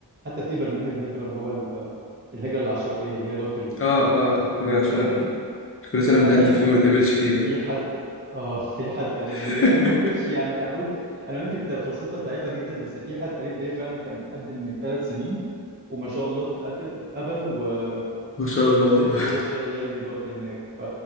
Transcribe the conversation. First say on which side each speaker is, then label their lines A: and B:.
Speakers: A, on the right (about 25°); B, on the left (about 30°).
A: وحتى في برنامج هجرة اللي هو ال- الهجرة العشوائية اللي هي لوتري
B: اه
A: اللي بتفتح
B: اه
A: كل
B: ده
A: سنة
B: سؤال
A: دي
B: كل سنة
A: أنا
B: بنقدم
A: في حد
B: فيه وما نتقابلش فيه ده
A: في حد اه <laughs> في حد قريب
B: <laughs>
A: ليا انا ما كنتش يعني انا قلت انا قلت انت فرصتك ضعيفه جدا بس في حد قريب ليا فعلا كان قدم من ثلاث سنين وما شاء الله اتقبل اتقبل و...
B: ما شاء
A: وسافر
B: الله والله
A: وهو شغال دلوقتي هناك ف...